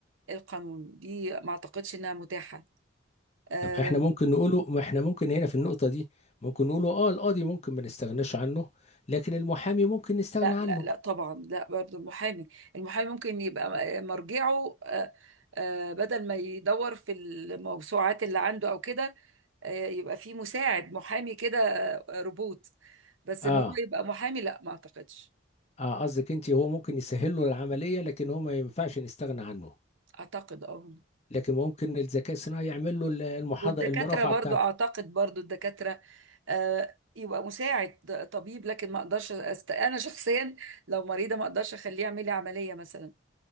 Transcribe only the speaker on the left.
طب احنا ممكن نقوله ما احنا ممكن هنا في النقطة دي ممكن نقوله اه القاضي ممكن ما نستغناش عنه لكن المحامي ممكن نستغنى
عنه
اه
اه قصدك انت هو ممكن يسهل له العملية لكن هو ما ينفعش نستغنى عنه
لكن ممكن الذكاء الصناعي يعمل له المحاضرة
المرافعة
بتاعته